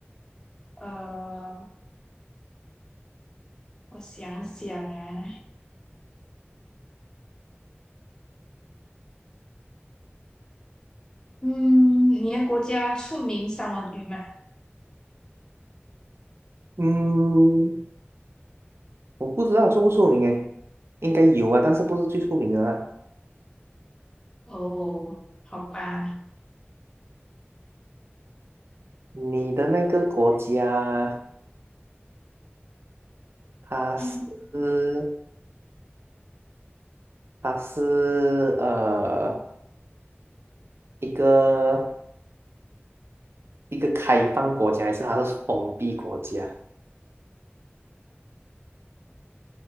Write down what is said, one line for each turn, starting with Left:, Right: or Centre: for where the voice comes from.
Left: 呃，我想想啊，嗯，你的国家出名三文鱼吗？
Right: 嗯，我不知道出不出名诶，应该有啊，但是不是最出名的啦。
Left: 哦，好吧，
Right: 你的那个国家，它是？
Left: 嗯，
Right: 它是呃一个一个开放国家，还是它是封闭国家？